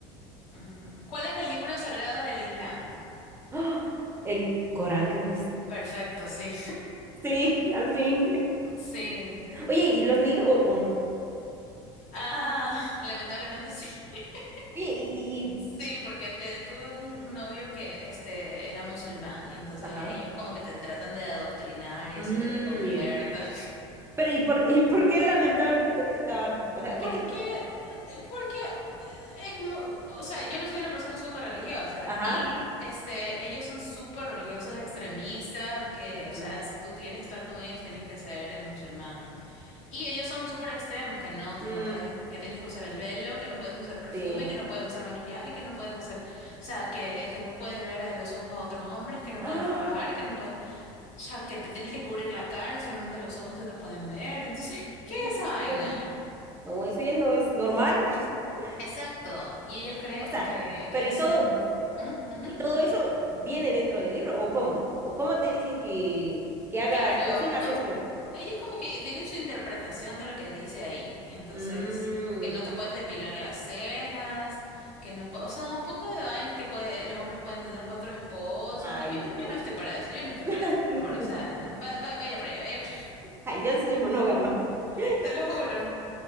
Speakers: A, on the left; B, on the right.
A: Mm, ¿Cuál es el libro sagrado del Islam?
B: ¡Ah! El Corán creo que es.
A: Perfecto, sí.
B: Sí, al fin.
A: <laughs> Sí.
B: Oye, ¿y los has leído o, o no?
A: Ah, lamentablemente sí. <laughs>
B: Oye, y, y, y-
A: Sí, porque te, tuve un, un novio que este era musulmán y entonces
B: Ajá.
A: ellos como que te tratan de adoctrinar y
B: Mm,
A: hacer que te conviertas.
B: Pero ¿y por, y por qué lamentablemente está? O sea, ¿de
A: Porque,
B: qué trata?
A: porque eh, es, mu- o sea, yo no soy una persona súper religiosa
B: Ajá.
A: y este, ellos son súper religiosos extremistas, que,
B: Ujú.
A: o sea, si tú quieres estar con ellos tienes que ser eh, musulmán. Y ellos son súper extremos, que no, que
B: Mm,
A: no puedes, que tienes que usar el velo, que no puedes usar perfume,
B: sí.
A: que no puedes usar maquillaje, que no puedes usar, o sea, que, que no puedes ver a los ojos a otros hombres, que no
B: ¡Ah!
A: puedes trabajar, que no puedes, o sea, que te tienes que cubrir la cara, solamente los ojos se te pueden ver. Entonces,
B: Ay,
A: ¿qué
B: No,
A: es esa vaina?
B: no, no, eso ya no es normal. <laughs>
A: Exacto, y ellos creen
B: O sea,
A: que,
B: pero
A: que Jesús
B: y todo.
A: no. ¿Mm? Ujú.
B: ¿Y todo eso viene dentro del libro o cómo? ¿O cómo te dicen que, que hagas
A: Claro,
B: o sigas
A: o-
B: eso?
A: ellos como que tienen su interpretación de lo que dice ahí, entonces,
B: Mm,
A: que no te puedes depilar las cejas, que no, po- o sea, un poco de vainas que puede, los hombres pueden tener cuatro esposas,
B: ay,
A: yo, no- yo
B: no.
A: no estoy para eso, yo no estoy
B: <laughs>
A: para eso, te lo
B: No, no,
A: juro, o sea,
B: no.
A: va- va- vaya para allá, vaya para allá,
B: Ay, yo sí soy monógama. <laughs>
A: <laughs> te lo juro.